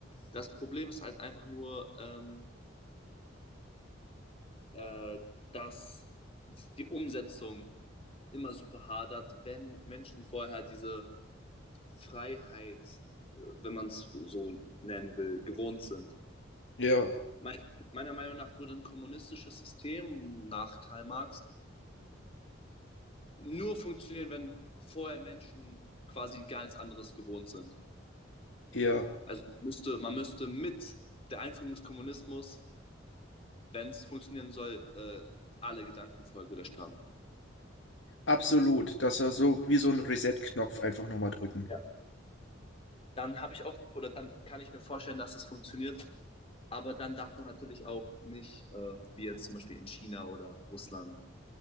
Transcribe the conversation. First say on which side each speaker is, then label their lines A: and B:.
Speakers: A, on the left (about 30°); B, on the left (about 70°).
A: Das Problem ist halt einfach nur, ähm, äh, dass die Umsetzung immer super hadert, wenn Menschen vorher diese Freiheit, wenn man es so nennen will, gewohnt sind.
B: Ja,
A: Mein, meiner Meinung nach würde ein kommunistisches System nach Karl Marx nur funktionieren, wenn vorher Menschen quasi gar nichts anderes gewohnt sind.
B: ja,
A: Also man müsste, man müsste mit der Einführung des Kommunismus, wenn es funktionieren soll, äh, alle Gedanken vorher gelöscht haben.
B: absolut. Das war so wie so ein Reset-Knopf einfach nochmal drücken.
A: Ja. Dann habe ich auch, oder dann kann ich mir vorstellen, dass es funktioniert, aber dann darf man natürlich auch nicht, äh, wie jetzt zum Beispiel in China oder Russland,